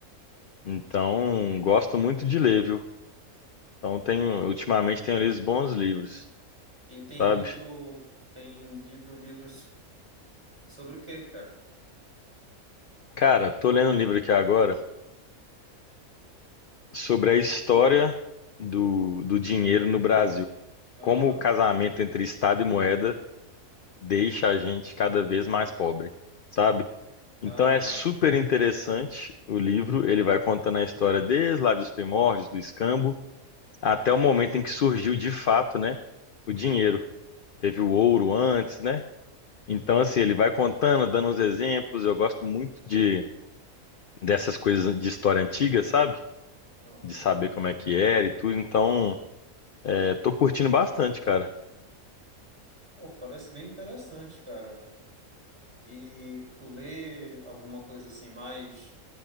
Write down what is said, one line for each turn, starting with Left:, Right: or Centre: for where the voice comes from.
Left: Então, gosto muito de ler, viu? Então, tenho, ultimamente tenho lido bons livros,
Right: E tem
Left: sabe?
Right: livro, tem lido livros sobre o quê, cara?
Left: Cara, tô lendo um livro aqui agora sobre a história do, do dinheiro no Brasil.
Right: Aham,
Left: Como o casamento entre Estado e moeda deixa a gente cada vez mais pobre, sabe? Então
Right: aham,
Left: é super interessante o livro, ele vai contando a história desde lá dos primórdios, do escambo, até o momento em que surgiu de fato, né, o dinheiro. Teve o ouro antes, né? Então,
Right: aham,
Left: assim, ele vai contando, dando uns exemplos. Eu gosto muito de dessas coisas de história antiga, sabe?
Right: aham.
Left: De saber como é que era e tudo. Então, é, tô curtindo bastante, cara.
Right: Pô, parece bem interessante, cara. E tu lê alguma coisa assim mais,